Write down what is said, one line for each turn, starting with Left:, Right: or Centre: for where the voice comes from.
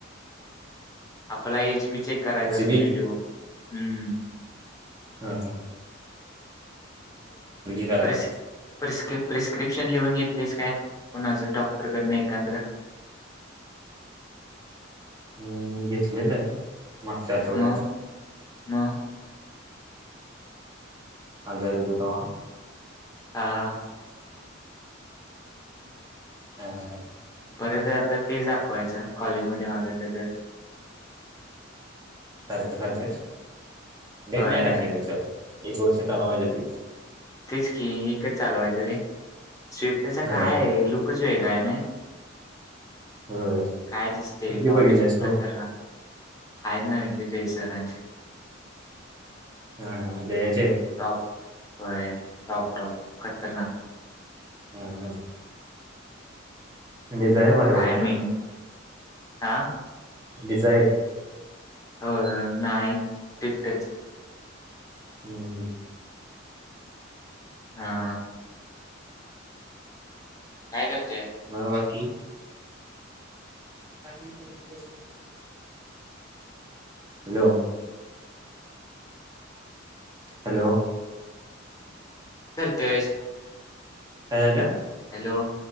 Left: आपला एज बी चेक करायचा
Right: त्याची
Left: <unintelligible>
Right: बी
Left: हम्
Right: हम् हम करायला
Left: पर <unintelligible> आऊपशन लिहून घेतलेस काय कुणाच डॉक्टरकड नाही एकंद्र
Right: <inaudible> हम घेतलेलं मागच्या आठवड्यात
Left: मग मग
Right: हजर होतो तवा
Left: हा हा
Right: हा हा
Left: परत आता तेच दाखवायचं कॉलेजमध्येध्ये मागवलं तर
Right: सारखं सारखं डेट
Left: होय
Right: नाही टाकले त्याच्यावर एक वर्ष चालवायचं ते
Left: तेच की एकच चालवायचं रे शीफ्टच
Right: होय
Left: काय आहे लुकच वेगळा आहे ना
Right: होय
Left: काय दिसते
Right: कुठली
Left: टॉप
Right: बघितल्यास तू
Left: खतरनाक आहेय ना जय सराची
Right: हा- हा जय
Left: टॉपय टॉप- टॉप खतरनाक
Right: हम् -हम् डिझाईन भारी
Left: काय
Right: वाटत्या
Left: मिन हा
Right: डिझायर
Left: हो नाही शिफ्टच
Right: हम्म- हम्
Left: हा काय करते
Right: मग बाकी <unintelligible> का त पैस हॅलो हॅलो
Left: करतेस
Right: काय झालं
Left: हॅलो